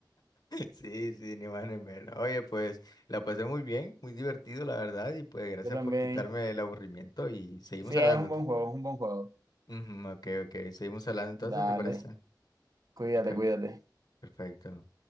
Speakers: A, on the left; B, on the right.
A: Sí, sí, ni más ni menos. Oye, pues la pasé muy bien, muy divertido, la verdad. Y pues gracias
B: Yo también.
A: por quitarme el aburrimiento y seguimos
B: Sí,
A: hablando.
B: es un buen juego, es un buen juego.
A: Ujú, ok, ok. Seguimos hablando entonces,
B: Dale,
A: ¿te parece?
B: cuídate,
A: Perfecto,
B: cuídate.
A: perfecto.